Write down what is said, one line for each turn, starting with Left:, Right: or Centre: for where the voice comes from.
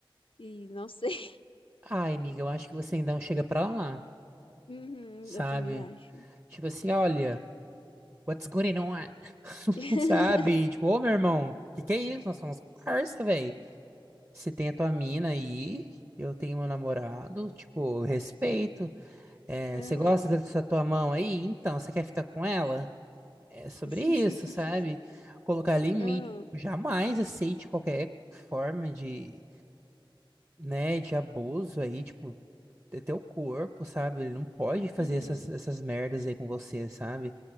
Left: e não sei. <laughs>
Right: Ai, amiga, eu acho que você ainda não chega pra lá,
Left: Uhum,
Right: sabe?
Left: eu também acho.
Right: Tipo assim, olha, what's going on?
Left: <laughs>
Right: sabe? Tipo, ô meu irmão, que que é isso? Nós somos parça, velho. Você tem a tua mina aí, eu tenho meu namorado, tipo, respeito. É,
Left: Aham,
Right: você gosta dessa tua mão aí? Então, você quer ficar com ela? É sobre
Left: <laughs>
Right: isso, sabe? Colocar limite.
Left: aham,
Right: Jamais aceite qualquer forma de, né, de abuso aí, tipo, é teu corpo, sabe? Ele não pode fazer
Left: uhum,
Right: essas, essas merdas aí com você, sabe?